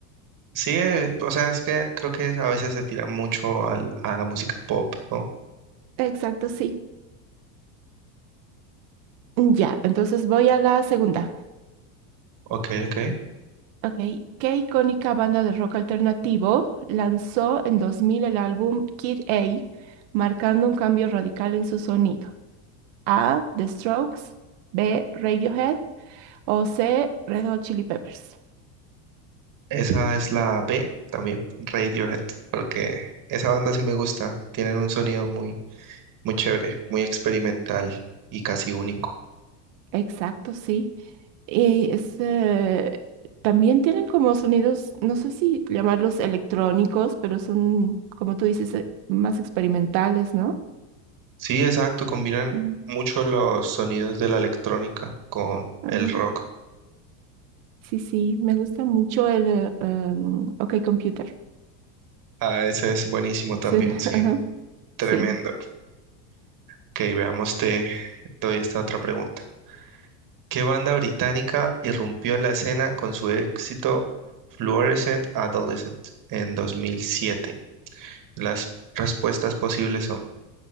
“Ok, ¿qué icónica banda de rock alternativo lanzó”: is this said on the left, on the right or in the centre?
Right